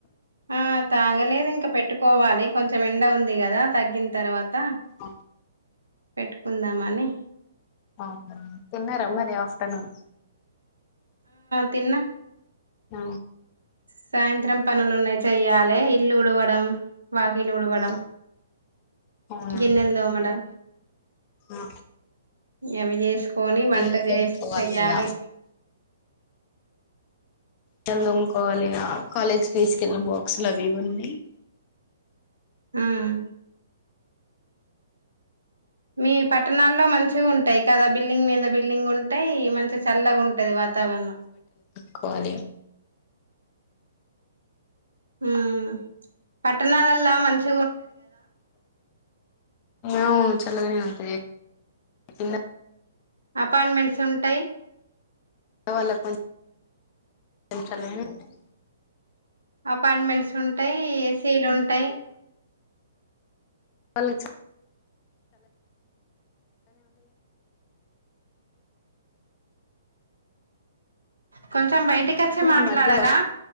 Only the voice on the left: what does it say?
ఆ,
అవునా తిన్నార మరి ఆఫ్టర్నూన్
అ
ఆ అవునా
ఆ
గిన్నెలు
తోముకోవాలి
ఇగ తోముకోవాలి ఇగ కాలేజ్కి తీసుకెళ్లిన బాక్సులు అవి ఉన్నాయ్
కోవాలి
అవును చల్లగనే ఉ రె ఇన్న
వాళ్ళ కొంచ <unintelligible>
వాళ్ళ <inaudible>
కానీ
మధ్య